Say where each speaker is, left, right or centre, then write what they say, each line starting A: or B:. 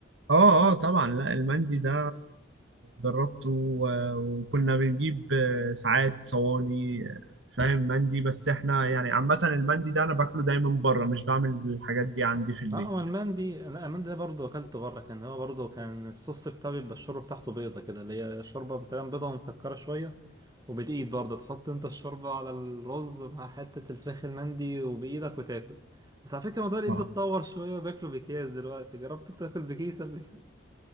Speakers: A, on the right; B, on the right.
A: اه اه طبعا لا المندي ده جربته و- وكنا بنجيب آه، ساعات صواني آه، فاهم مندي بس احنا يعني عامة المندي ده انا باكله دايما بره مش بعمل الحاجات دي عندي في البيت
B: اه هو المندي لا المندي ده برضه اكلته بره كان هو برضه كان الصوص بتاعه بيبقى الشوربه بتاعته بيضه كده اللي هي شوربه مثلا بيضه ومسكره شويه وبالايد برضه تحط انت الشوربه على الرز مع حته الفراخ المندي وبايدك وتاكل بس على فكره موضوع الايد
A: اه
B: ده اتطور شويه وبياكلوا بكيس دلوقتي جربت انت تاكل بكيس قبل كده